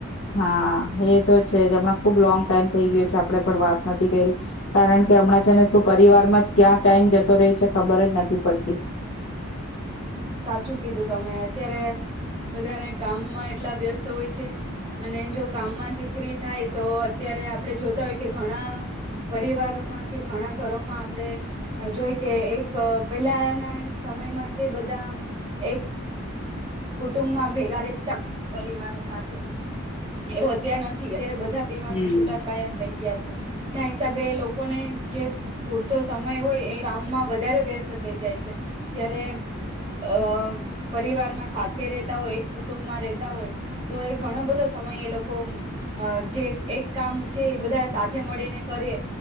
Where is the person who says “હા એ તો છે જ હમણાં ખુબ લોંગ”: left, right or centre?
Left